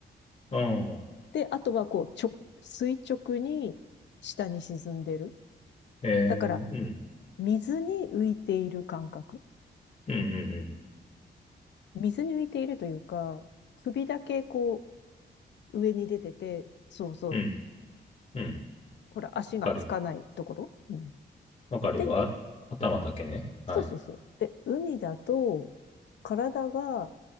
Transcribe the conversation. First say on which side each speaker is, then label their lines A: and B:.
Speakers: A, on the left; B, on the left.
A: ああ、
B: で、あとはこう、ちょ、垂直に下に沈んでる。
A: ええうん。
B: だから、水に浮いている感覚。
A: うんうん
B: 水に浮いているというか、首だけこう、上に出てて、そうそう。
A: うん。うん。うん。
B: ほら、足がつかないところ。
A: わかる。
B: うん、
A: わかるよ。
B: で、
A: あ、頭だけね。はい。
B: そうそうそう。で、海だと、体が